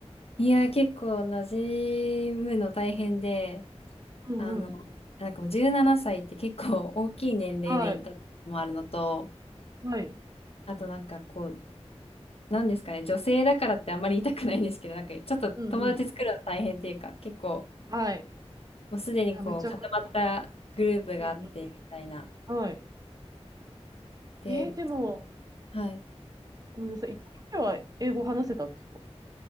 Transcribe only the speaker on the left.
いや、結構馴染むの大変で、
あの、なんかもう17歳って結構大きい年齢で行ったのもあるのと、
あとなんかこう、なんですかね、女性だからってあんまり言いたくないんですけど、なんかちょっと友達作るの大変っていうか、
結構
もうすでにこう固まったグループがあってみたいな。
で、
はい。